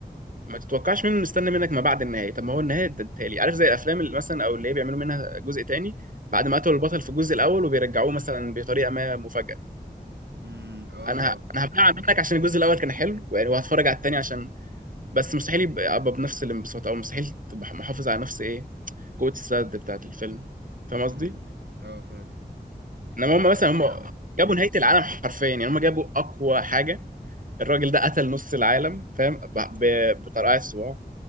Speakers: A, on the right (about 55°); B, on the right (about 85°).
A: ما تتوقعش منه مستني منك ما بعد النهايه طب ما هو النهايه انت اديتها لي عارف زي الافلام اللي مثلا او اللي هي بيعملوا منها جزء تاني بعد ما قتلوا البطل في الجزء الاول وبيرجعوه مثلا بطريقه ما مفاجاه
B: امم اه
A: انا ه... انا هبلع منك عشان الجزء الاول كان حلو يعني وهتفرج على التاني عشان بس مستحيل يبقى أبقى بنفس الانبساط او مستحيل تبقى محافظ على نفس ايه قوه السد بتاعت الفيلم فاهم قصدي
B: امم اه فاهم
A: انما
B: اه
A: هم مثلا
B: دي حقيقه
A: هم
B: عامه
A: جابوا نهايه العالم حرفيا يعني هم جابوا اقوى حاجه الراجل ده قتل نص العالم فاهم
B: امم
A: ب- ب- بطرقعة الصباع